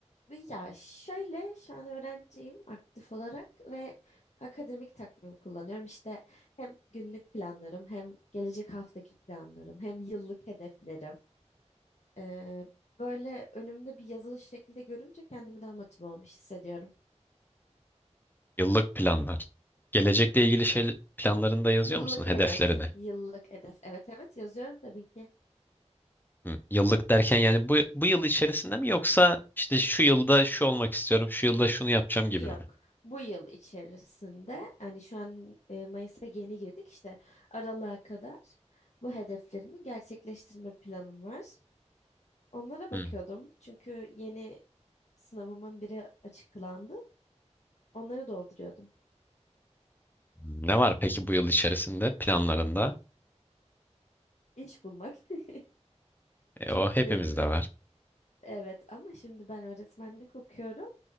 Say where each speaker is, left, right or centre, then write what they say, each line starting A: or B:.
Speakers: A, on the left; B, on the left.
A: Ya şöyle, şu an öğrenciyim aktif olarak ve akademik takvim kullanıyorum. İşte hem günlük planlarım, hem gelecek haftaki planlarım, hem yıllık hedeflerim. E, böyle önümde bir yazılı şekilde görünce kendimi daha motive olmuş hissediyorum.
B: Yıllık planlar. Gelecekle ilgili şey planlarını da yazıyor
A: Yıllık
B: musun? Hedeflerini.
A: hedef, yıllık hedef. Evet evet yazıyorum tabii ki.
B: Hmm. Yıllık derken yani bu, bu yıl içerisinde mi yoksa işte şu yılda şu olmak istiyorum, şu yılda şunu yapacağım gibi
A: Yok.
B: mi?
A: Bu yıl içerisinde hani şu an e, Mayıs'a yeni girdik işte aralığa kadar bu hedeflerimi gerçekleştirme planım var. Onlara bakıyordum
B: Hmm.
A: çünkü yeni sınavımın biri açıklandı. Onları dolduruyordum.
B: Ne var peki bu yıl içerisinde planlarında?
A: İş bulmak. <laughs>
B: E,
A: Çünkü
B: o hepimizde var.
A: evet ama şimdi ben öğretmenlik okuyorum.